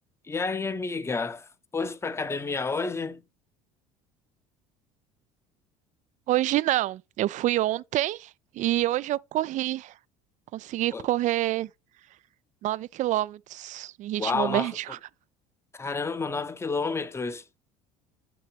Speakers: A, on the left; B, on the right.
A: E aí, amiga? Foste pra academia hoje?
B: Hoje não. Eu fui ontem e hoje eu corri. Consegui
A: Ô,
B: correr 9 quilômetros em ritmo
A: Uau,
B: médio.
A: nove... co- Caramba, 9 quilômetros.